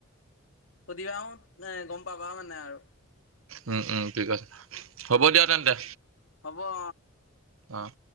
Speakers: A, on the left; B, on the right.
A: সুধিবা হু এ গম পাবা মানে আৰু।
B: উম উম ঠিক আছে, হ'ব দিয়া তেন্তে।
A: হ'ব, অ।
B: অহ।